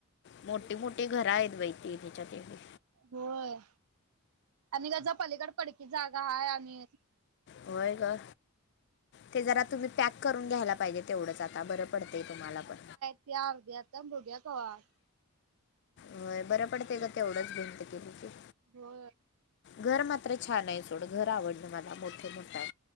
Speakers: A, on the left; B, on the right.
A: मोठी मोठी घर आहेत बाई तिच्या तेवढ
B: होय आणि गझपालीकड पडकी जागा आहे आणि
A: होय ग ते जरा तुम्ही पॅक करून घ्यायला पाहिजे. तेवढंच आता बरं पडतंय तुम्हाला पण.
B: प्यार द्याता बड्या कवा.
A: होय बरं पडतं ग तेवढंच भिंत केली त.
B: हो.
A: घर मात्र छान आहे सोड घर आवडलं मला मोठे मोठ आहे.